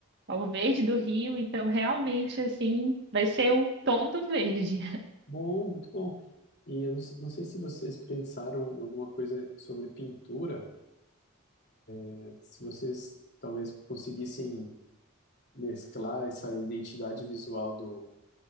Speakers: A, on the right; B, on the left.
A: o verde do rio. Então, realmente, assim, vai ser o tom do verde.
B: Bom, muito bom. E eu não, se- não sei se vocês pensaram em alguma coisa sobre pintura, né, se vocês talvez conseguissem mesclar essa identidade visual do